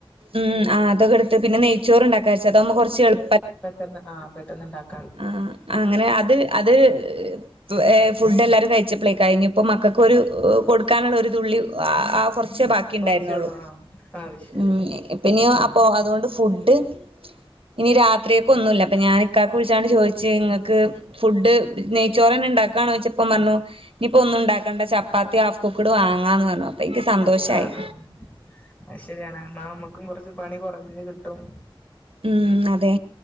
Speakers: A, on the right; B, on the left.
A: ഉം ആ അതൊക്കെട്ത്ത് പിന്നെ നെയ്ച്ചോറ്ണ്ടാക്ക വിചാര്ച്ച് അതാവുമ്പോ കൊറച്ച് എളു
B: പെട്ടെന്ന് ആ പെട്ടെന്ന്ണ്ടാക്ക
A: ആഹ് അങ്ങനെ അത് അത് ഹ്. ഫുഡെല്ലാരും കഴിച്ചപ്പളെ കഴിഞ്ഞപ്പ മക്കക്ക് ഒരു കൊടുക്കാന്ള്ള ഒരു തുള്ളി ആ കൊറ ച്ചെ ബാക്കിണ്ടായിരുന്നൊള്ളൂ
B: കൊറച്ചേള്ളൂ ആഹ് അത് ശരി
A: ഉം പിന്നിം അപ്പോ അതോണ്ട് ഫുഡ് ഇനി രാത്രിക്കോക്കെ ഒന്നുല്ല. പ്പ ഞാനിക്കാക്ക് വിൾച്ചാണ്ട് ചോയ്ച്ച് ഇങ്ങക്ക് ഫുഡ് ന്നെയ്ച്ചോറെന്നെ ഇണ്ടാക്കാന്നോയ്ച്ചപ്പം പർഞ്ഞു. ഇഞ്ഞിപ്പോന്നു ണ്ടാക്കണ്ട ചപ്പാത്തി ഹാഫ് കുക്ക്ട് വാങ്ങാന്ന് പറഞ്ഞു അപ്പൊ എനിക്ക് സന്തോഷായി
B: ആഹ് ആഹ് അഹ് ശെരിയാണ് ന്നാ ന്നമ്മുക്കും കൊറച്ച് പണി കൊറഞ്ഞത് കിട്ടും
A: ഉം അതെ